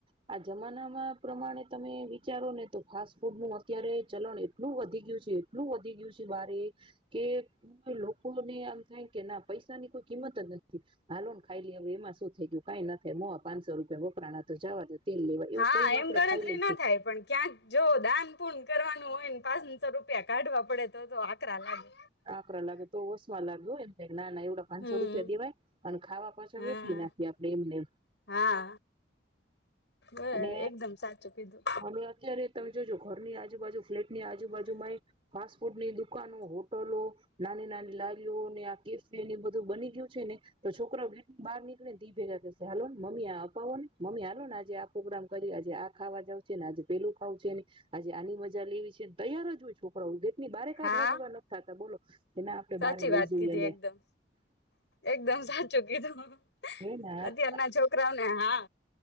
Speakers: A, on the right; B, on the left.
A: આ જમાનામાં પ્રમાણે તમે વિચારો ને તો ફાસ્ટ ફૂડ નું અત્યારે ચલણ એટલું વધી ગયું છે એટલું વધી ગયું છે બારે કે લોકોને આમ થાય કે ના પૈસાની કોઈ કિંમત જ નથી હાલો ને ખાઈલી હવે એમાં શું થઈ ગયું. કઈ નથી મો પાંચસો રૂપિયા વપરાણા તો જાવા દે. તેલ લેવા એવું
B: હા
A: કઈને
B: એમ
A: આપડે
B: ગણતરી
A: ખાઈ લઈ
B: ના
A: છીએ
B: થાય પણ ક્યાંક જો દાન પુણ કરવાનું એ તો હોય ને પાંચસો રૂપિયા કાઢવા પડે તો આકરા લાગે.
A: આાક્ર લાગ હત તો ઓસ્મા લાગું એ ના ના એવડ પાંચસો
B: હમ
A: રૂપિયા દેવાય અને ખાવા પાછા
B: હા
A: વેડફી નાખીએ આપે એમને
B: હા બરાબર
A: અને
B: એકદમ સાચું કીધું
A: અને અત્યારે તમે જોજો ઘરની આજુબાજુ ફ્લેટની આજુબાજુમાં એક ફાસ્ટ ફૂડની દુકાનો હોટલો નાની નાની લારીઓ ને આ કેફે ને એ બધું બની ગયું છે ને તો છોકરા ગેટ બહાર નીકળે ને તે ભેગા કેસે હાલો મમ્મી આ અપાવો ને મમ્મી હાલલો ને આજે પ્રોગ્રામ કરી આજે આ ખાવા જાવ છે ને આજે પેલું ખાવું છે ને આજે આની મજા લેવી છેને તૈયાર જ હોય છોકરાઓ લે ની બારે કાઢવા
B: હા
A: જેવા નથી થતા બોલો <inaudible>
B: સાચી
A: બારે લઈ
B: વાત
A: જઈએ
B: કીધી
A: ને
B: એકદમ એકદમ સાચું કીધું
A: હે ને આજ
B: અત્યારના છોકરાઓને હા